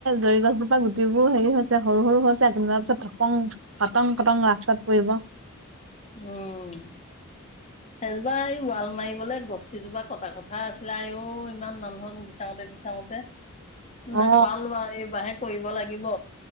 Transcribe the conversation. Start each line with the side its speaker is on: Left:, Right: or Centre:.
Right: জৰি গছজোপা গুটিবোৰ হেৰি হৈছে, সৰু সৰু হৈছে কেইদিন মানৰ পাছত থপং কতং কতং ৰাস্তাত পৰিব।
Left: উম।
Right: <inaudible>
Left: সেইজোপা এই ৱাল মাৰিবলে গছ কেইজোপা কটা কথা আছিলে আঐ ইমান মানুহক <unintelligible> চাওতে
Right: অ
Left: নেপালো আও এইবাৰাহে কৰিব লাগিব।